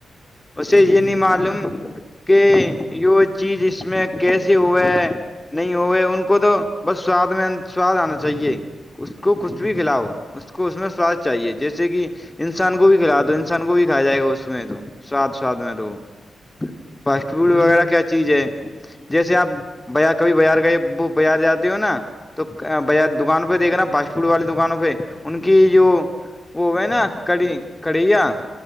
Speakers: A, on the left; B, on the left.
A: اسے
B: جی
A: یہ نہیں معلوم کہ یہ چیز اس میں کیسے ہوا ہے نہیں ہوئے ان کو تو بس سواد میں سواد آنا چاہیے اس کو کچھ بھی کھلاؤ اس کو اس میں سواد چاہیے جیسے کہ انسان کو بھی کھلا دو انسان کو بھی کھایا جائے گا اس میں تو سواد ساد میں تو وہ فاسٹ فوڈ
B: وہی
A: وغیرہ کیا چیز ہے جیسے آپ بیا کبھی بازار گئے وہ بار جاتی ہو نا تو ب
B: جی
A: دکان پہ دیکھا فاسٹ فوڈ وال دکانوں پہ ان کی جو وہ ہے نا کڑی کڑیا